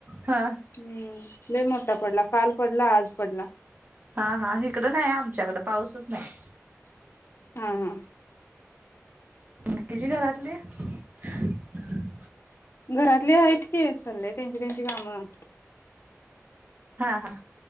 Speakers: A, on the right; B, on the left.
A: हा
B: हम लय मोठा पडला काल पडला आज. पडला
A: हा-हा इकडं नाही आमच्याकड पाऊसच नाही.
B: ह-ह
A: ह किचि घरातले, <inaudible>
B: घरातले आहेत की इचलेत. त्यांची त्यांची कामं.
A: हा हा.